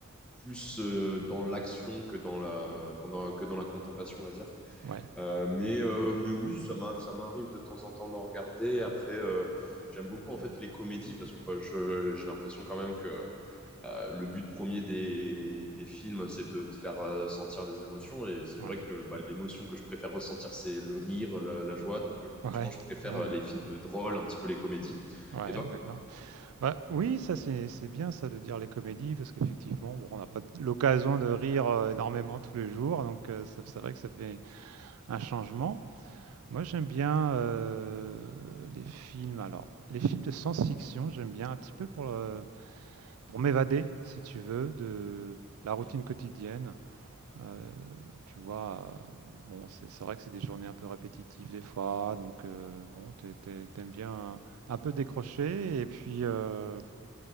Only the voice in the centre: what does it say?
plus euh, dans l'action que dans la que dans, que dans la contemplation, on va dire.
Euh, mais euh, mais oui, ça m'a ça m'arrive de temps en temps d'en regarder. Après, euh, j'aime beaucoup en fait les comédies parce que bah, je j'ai l'impression quand même que euh, le but premier des, des films, c'est de te faire euh, sentir des émotions. Et c'est
vrai que bah, l'émotion que je préfère ressentir, c'est le rire, la, la joie. Donc, euh, effectivement,
je préfère
euh, les films drôles, un petit peu les comédies.
Et toi?
Mhm.